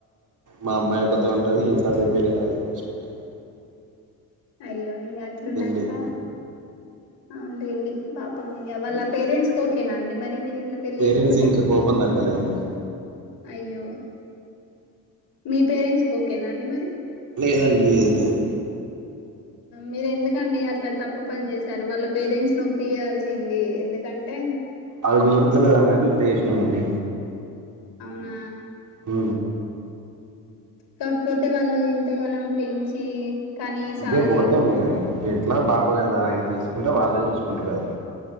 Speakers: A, on the right; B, on the left.
A: మా అమ్మాయి ఓక్కతే ఉంటది ఇంట్లా ప్రిపేర్ <unintelligible> చూసుకుంటుంది
B: అయ్యో ఇంకా అట్లున్నాక
A: లేదు
B: ఆ అంతే అండి పాపం ఇ వాళ్ళ పేరెంట్స్ కి ఓకేనా అండి మరి మీరు ఇట్లా పెళ్ళి
A: పేరెంట్స్
B: చేసుకుంటే
A: ఇంకా కోపం తగ్గలేదండి
B: అయ్యో మీ పేరెంట్స్కి ఓకేనా అండి మరి
A: లేదండి లేదు లేదు
B: మీరు ఎందుకండి అట్లా తప్పు పని చేసారు వాళ్ళ పేరెంట్స్ నొప్పియాల్సింది ఎందుకంట కంటే
A: అది కుదురుతలేదనే ఇట్లా చేసినాం అండి
B: అవునా
A: హ
B: కాకపోతే వాళ్ళు ఇంతగానం పెంచి కనీస
A: ఇంకే
B: అది
A: పోతే ఇట్లా బాప కదా ఆ తీసుకుంటే వాళ్ళే చూసుకుంటారు కదా